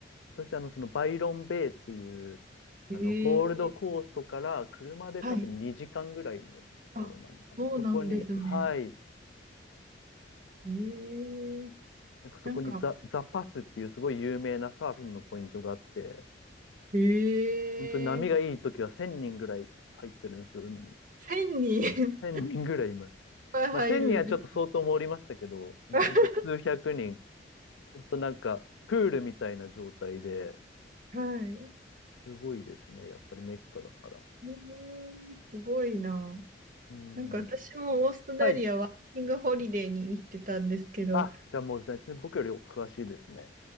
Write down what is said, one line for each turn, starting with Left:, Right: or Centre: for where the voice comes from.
Left: 私、あの、そのバイロンベイっていう、
Right: ええ
Left: あの、ゴールドコーストから車で多分2時間ぐらいのところなのかな。
Right: はい。あ、そうなんですね。
Left: そこに、はい、
Right: ええ
Left: なんかそこにザ、
Right: なんか、は
Left: ザパスっていうすごい有名なサーフィンのポイントがあって、
Right: い、
Left: 本当に波がいい時は1000人ぐらい入ってるんですよ、
Right: ええ
Left: 海に。
Right: 1000人 <laughs> そんなにいっ
Left: 1000人ぐらいいます。
Right: ぱい入るんです
Left: まあ1000人はちょっと相当盛りましたけど、まあ本当に数百人、
Right: か。
Left: 本当なんかプールみたいな状態で、
Right: <laughs> はい。
Left: すごいですね、やっぱりメッカだから。
Right: ええすごいな。
Left: うん。
Right: なんか私もオーストラリアワーキングホリデーに行ってたんですけど、
Left: はい。あ、じゃあもう全然僕より詳しいですね。